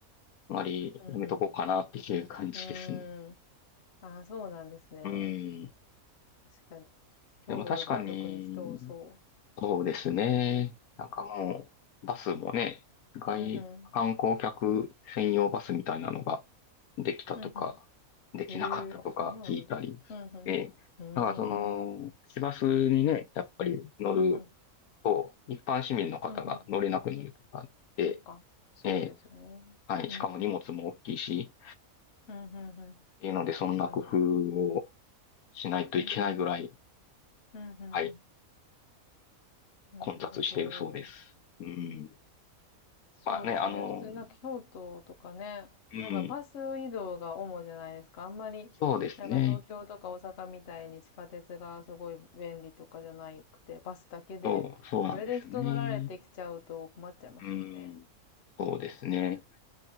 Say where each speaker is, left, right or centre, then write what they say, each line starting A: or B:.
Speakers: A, on the left (about 80°); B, on the left (about 55°).
A: あんまりやめとこうかなっていう感じですね。
B: うんうん。うーん。あ、そうなんですね。
A: うん。
B: 確かに。京都とかは特に人多そ
A: でも確かに、そうですね。なんかもう、バスもね、外、
B: う。うんうん。
A: 観光客専用バスみたいなのができたとか、
B: うんう
A: できなかったとか聞いたり。
B: ん。へえ、あ、そんなのあるんだ。うん
A: え、
B: う
A: だからその、
B: ん。うーん。
A: 市バスにね、やっぱり乗る
B: うんうん。
A: と、一般市民の方が乗れなくなるとかで、
B: うんうん。そっか。そうですよね。
A: え、はい、
B: うんうん。
A: しかも荷物も大きいし、
B: うんうんうん。
A: っていうので、そんな工夫
B: 確かに。
A: をしないといけないぐらい、
B: うんうんうん。うんうんうん。
A: はい、
B: なるほど。
A: 混雑しているそうです。うん。
B: そうですよね。
A: まあね、あの、
B: 普通なんか京都とかね、
A: うん。
B: なんかバス移動が主じゃないですか。あんまり、
A: そうですね。
B: なんか東京とか大阪みたいに地下鉄がすごい便利とかじゃなくて、バスだけで、
A: そう、そうなんですよね。
B: それで人乗られてきちゃうと困っちゃいますもんね。
A: うん、そうですね。